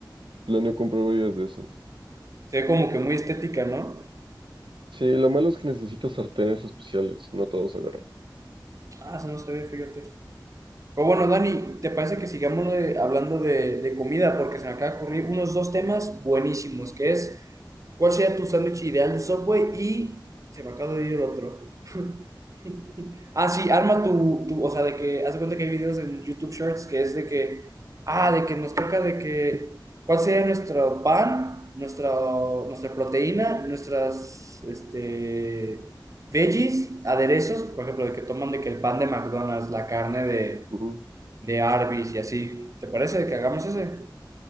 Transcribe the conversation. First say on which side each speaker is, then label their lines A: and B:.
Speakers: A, on the right (about 85°); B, on the right (about 40°).
A: planeo comprar varias de esas.
B: Se ve como que muy estética, ¿no?
A: Sí, lo malo es que necesitas sartenes especiales, no todos agarran.
B: Ah, se no sabía, fíjate. Pero bueno, Dani, ¿te parece que sigamos eh, hablando de, de comida? Porque se me acaba de ocurrir unos dos temas buenísimos, que es cuál sería tu sándwich ideal de Subway y se me acaba de ir el otro. <laughs> Ah, sí, arma tu, tu, o sea, de que, haz de cuenta que hay videos en YouTube Shorts que es de que, ah, de que nos toca de que, ¿cuál sería nuestro pan, nuestra, nuestra proteína, nuestras, este, veggies, aderezos, por ejemplo, de que toman de que el pan de McDonald's, la carne de,
A: Ujú.
B: de Arby's y así. ¿Te parece que hagamos ese?